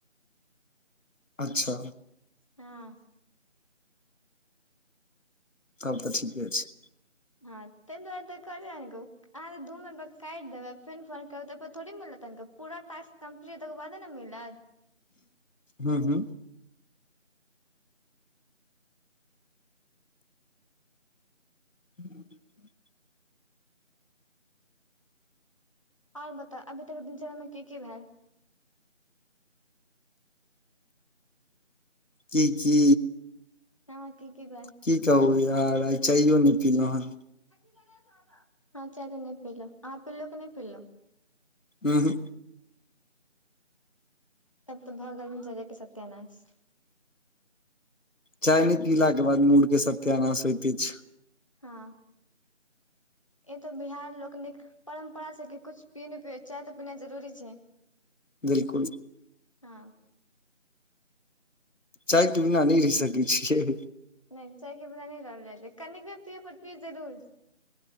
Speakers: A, on the left (about 85°); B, on the left (about 25°).
A: अच्छा
B: हँ
A: तब तऽ ठीके छै
B: हँ तै दुआरे तऽ कहली अहाँके अहाँ तऽ दू मिनट पर काटि देबै फेन फोन करबै तैपर थोड़े मिलत पूरा टास्क खतम करबै तकर बादे ने मिलत
A: हूँ हूँ <inaudible>
B: आओर बताउ अभी तक दिनचर्या मे की की भेल
A: की की
B: हँ की की भेल
A: की कहु यै आय चाइयो नहि पीलहु हे
B: हँ चाय तऽ नहि पीलौं अहाँ पिलौं कि नहि पिलौं
A: उंहूँ
B: तब तऽ भऽ गेलनि जगहके सत्यनाश
A: चाय नहि पीला के बाद मूड़ के सत्यानाश होइते छै
B: हँ ई तऽ बिहार लोकनिक परम्परा छै कि कुछ पीयै नै पियै चाय तऽ पीनाइ जरूरी छै
A: बिलकुल
B: हँ
A: चायके बिना नहि रहि सकै छियै
B: नहि चाय के बिना नहि रहल जाय छै कनिके पियब पर पिब जरूर